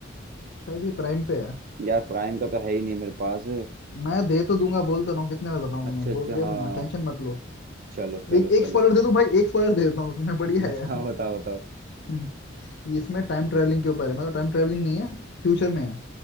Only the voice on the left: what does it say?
शायद ये प्राइम पे है
मैं दे तो दूंगा बोल तो रहा हूँ कितने बार बताऊं
तुम्हें
बो, दे
दूंगा टेंशन मत लो
एक एक
स्पॉइलर दे दूं भाई एक स्पॉइलर दे देता हूँ उसमें बढ़िया
है यार
<laughs> ये इसमें टाइम ट्रैवलिंग के ऊपर है मतलब टाइम ट्रैवलिंग नहीं है फ्यूचर में है